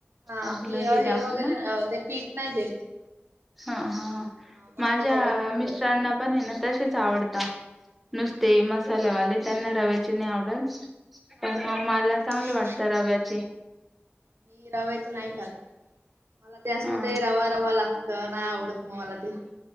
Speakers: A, on the right; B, in the centre.
A: हा
B: आपलं
A: मी
B: टाकून
A: हे वगैरे
B: ना
A: ते पीठ नाही घेत.
B: हा हा
A: मस्त
B: माझ्या
A: कडक कडक
B: मिस्टरांना
A: होते.
B: पण आहे ना तसेच आवडतात.
A: हा
B: नुसते मसाल्यावाले त्यांना रव्याचे नाही आवडत.
A: मला
B: पण मग
A: नाही
B: मला
A: रव्याची
B: चांगले वाटतं रव्याचे.
A: मी रव्याची नाही का मला त्यासम
B: हा
A: ते रवा रवा लागत नाही आवडत मग मला ते.